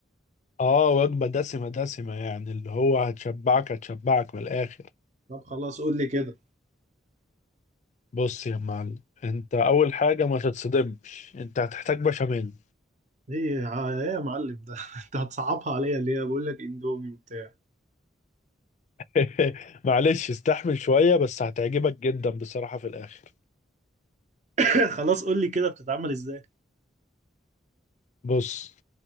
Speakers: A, on the left; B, on the right.
A: اه وجبة دسمة دسمة يعني اللي هو هتشبعك هتشبعك من الاخر
B: طب خلاص قول لي كده
A: بص يا معلم انت اول حاجة ما تتصدمش انت هتحتاج بشاميل
B: ايه ع- ايه يا معلم ده <laughs> انت هتصعبها عليا ليه بقول لك اندومي وبتاع
A: <laughs> معلش استحمل شوية بس هتعجبك جدا بصراحة في الآخر
B: <laughs> خلاص قول لي كده بتتعمل ازاي
A: بص